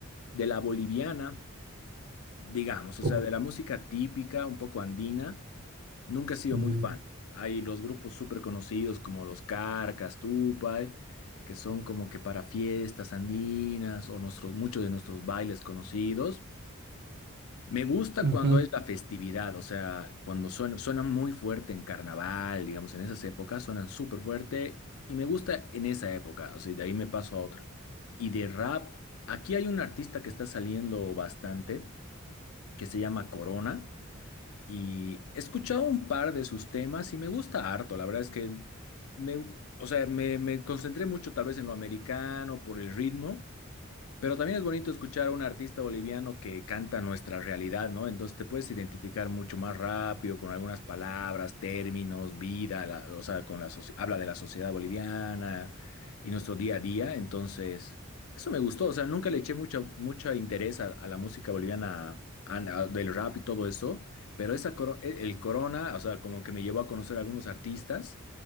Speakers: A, on the left; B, on the right.
A: De la boliviana, digamos, o sea,
B: Oh,
A: de la música típica, un poco andina. Nunca he sido
B: mm.
A: muy fan. Hay los grupos súper conocidos como los Carcas, Tupay, que son como que para fiestas andinas o nuestros, muchos de nuestros bailes conocidos. Me gusta
B: Ujú.
A: cuando es la festividad, o sea, cuando suena, suenan muy fuerte en carnaval, digamos, en esas épocas suenan súper fuerte y me gusta en esa época, o sea, de ahí me paso a otra. Y de rap, aquí hay un artista que está saliendo bastante, que se llama Corona. Y he escuchado un par de sus temas y me gusta harto. La verdad es que me, o sea, me, me concentré mucho tal vez en lo americano por el ritmo, pero también es bonito escuchar a un artista boliviano que canta nuestra realidad, ¿no? Entonces te puedes identificar mucho más rápido con algunas palabras, términos, vida, la- o sea, con la soci- habla de la sociedad boliviana y nuestro día a día. Entonces, eso me gustó. O sea, nunca le eché mucho, mucho interés a, a la música boliviana a- a- del rap y todo eso, pero esa coro- e- el Corona, o sea, como que me llevó a conocer a algunos artistas